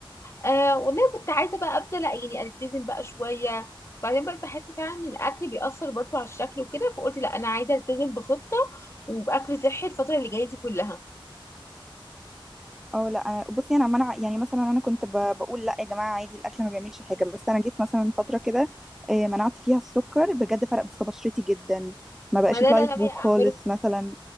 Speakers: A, on the left; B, in the centre.
A: آه والله كنت عايزه بقى ابدا لا يعني التزم بقى شويه وبعدين بقى بحس فعلا ان الاكل بيأثر برضه على الشكل وكده فقلت لا انا عايزه التزم بخطه وباكل صحي الفتره اللي جايه دي كلها
B: اه لا انا بصي انا منع يعني مثلا انا كنت ب... بقول لا يا جماعه عادي الاكل ما بيعملش حاجه بس انا جيت مثلا فتره كده آه، منعت فيها السكر بجد فرق في بشرتي جدا ما بقاش
A: ما ده
B: يطلع
A: اللي
B: لي
A: انا
B: حبوب
A: ناويه اعمله
B: خالص مثلا